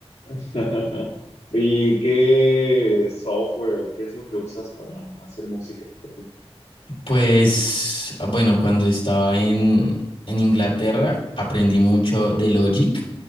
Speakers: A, on the left; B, on the left.
A: <laughs> ¿y qué software o qué es lo que usas para hacer música tú?
B: Pues ah, bueno, cuando estaba en, en Inglaterra aprendí mucho de Logic